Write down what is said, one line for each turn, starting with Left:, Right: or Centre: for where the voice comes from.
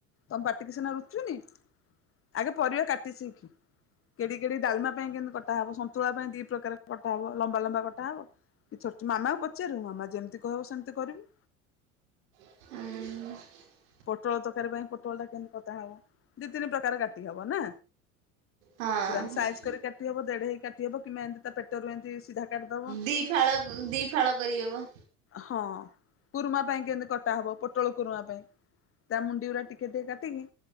Left: ତମ ପାଟିକି ସିନା ରୁଚୁନି। ଆଗେ ପରିବା କାଟି ଶିଖ କେମିତି କେମିତି ଡାଲମା ପାଇଁ କେମିତି କଟା ହବ? ତୁଳା ପାଇଁ ଦି ପ୍ରକାର କଟା ହବ ଲମ୍ବା ଲମ୍ବା କଟା ହବ। କି ମାମାକୁ ପଚାରିବୁ ମାମା ଯେମିତି କହିବ ସେମିତି କରିବୁ।
Right: ହୁଁ।
Left: ପୋଟଳ ତରକାରୀ ପାଇଁ ପୋଟଳଟା କେମତି କଟା ହବ ଦି ତିନି ପ୍ରକାର କାଟି ହବ ନା?
Right: ହଁ
Left: ପୁରା ସାଇଜ୍ କରି କାଟି ହବ ଦେଢ ହେଇ କାଟି ହବ କି ଏମତି ପେଟରୁ ଏମତି ସିଧା କାଟିଦବ।
Right: ଦି ଫାଳ ଦି ଫାଳ କରିହବ।
Left: ହଁ କୁରୁମା ପାଇଁ କେମତି କଟା ହବ ପୋଟଳ କୁରୁମା ପାଇଁ? ତା ମୁଣ୍ଡିଗୁରା ଟିକେ ଟିକେ ଏକାତି କାଟିକି।